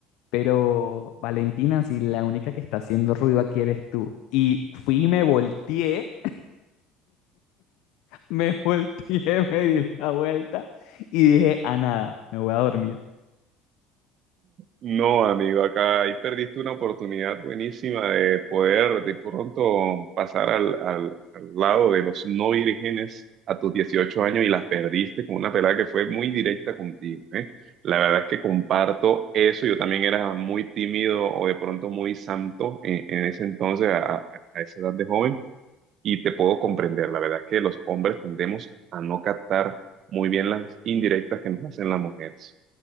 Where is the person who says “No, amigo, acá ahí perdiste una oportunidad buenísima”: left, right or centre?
Right